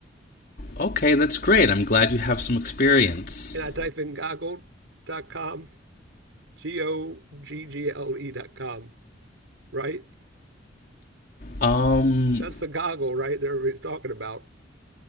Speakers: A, on the left; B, on the right.
A: Okay, that's great. I'm glad you have some experience.
B: And I type in goggle.com, G O G G L E.com, right?
A: Um,
B: That's the goggle, right? That everybody's talking about.